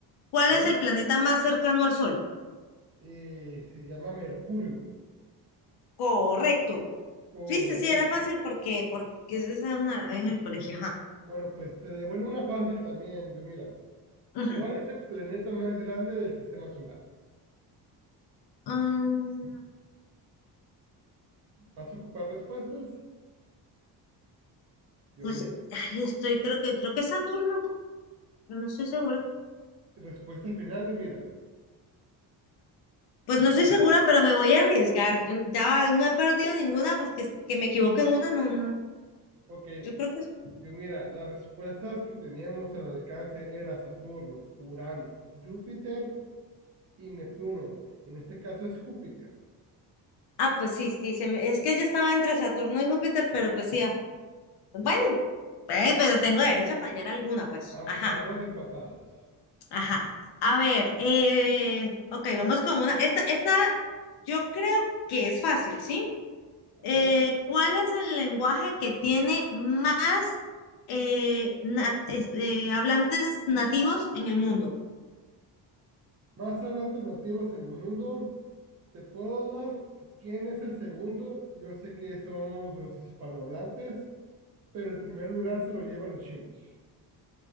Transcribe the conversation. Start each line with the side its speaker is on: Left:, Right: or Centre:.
Left: ¿Cuál
Right: a ver.
Left: es el planeta más cercano al Sol?
Right: eh, se llama Mercurio.
Left: Correcto.
Right: Correcto.
Left: Viste, sí, era fácil porque, porque esa una la ve en el colegio. Ajá.
Right: Bueno, pues te devuelvo una fácil también. Yo, mira,
Left: Ujú.
Right: ¿cuál es el planeta más grande del sistema solar?
Left: Mm,
Right: ¿Vas a ocupar respuestas? Yo,
Left: pues,
Right: mira.
Left: ay, estoy, creo que, creo que es Saturno. Pero No estoy segura.
Right: Respuesta final, yo, mira.
Left: Pues
Right: Saturno.
Left: no estoy segura, pero me voy a arriesgar. Yo ya va- no he perdido ninguna, pues que, que me equivoque en una, no, no.
Right: Ok,
Left: Yo creo que es-
Right: Yo mira, las respuestas que teníamos al alcance era Saturno, Urano, Júpiter y Neptuno. En este caso es Júpiter.
Left: Ah, pues sí, sí, se me- es que yo estaba entre Saturno y Júpiter, pero pues sí. ah, Bueno,
Right: Sí.
Left: eh, pero tengo
Right: Va,
Left: derecho a fallar alguna, pues.
Right: vam-
Left: Ajá,
Right: vamos empatados.
Left: ajá. A ver, eh, ok, vamos con una. Esta, esta yo creo que es fácil, ¿sí?
Right: A
Left: Eh,
Right: ver,
Left: ¿cuál es el lenguaje que tiene más eh, na- es- eh, hablantes nativos en el mundo?
Right: más hablantes nativos en el mundo. ¿Te puedo dar quién es el segundo? Yo sé que somos los hispanohablantes, pero el primer lugar se lo llevan los chinos.